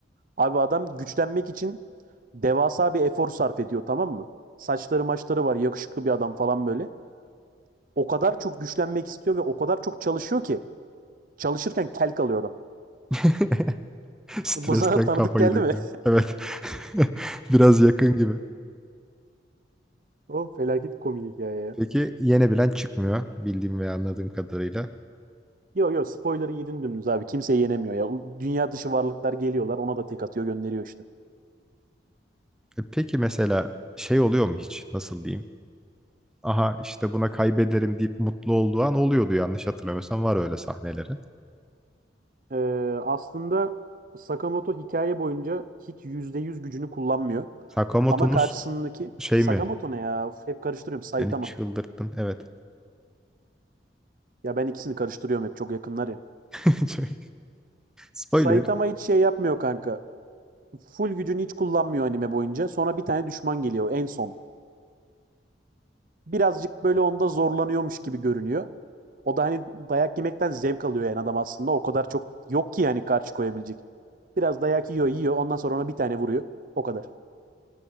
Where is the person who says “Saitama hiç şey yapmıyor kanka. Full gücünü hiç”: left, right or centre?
Right